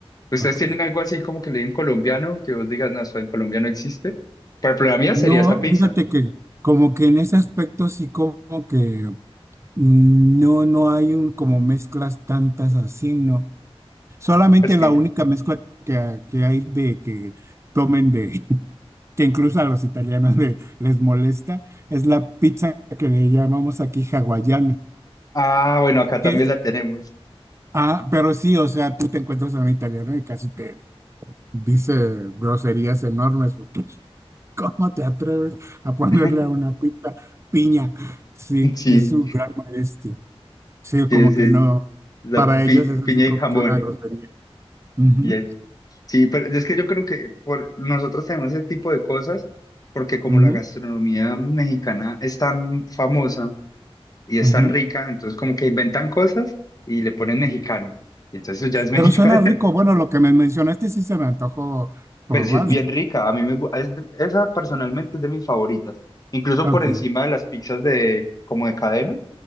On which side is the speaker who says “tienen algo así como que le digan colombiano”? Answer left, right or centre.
Left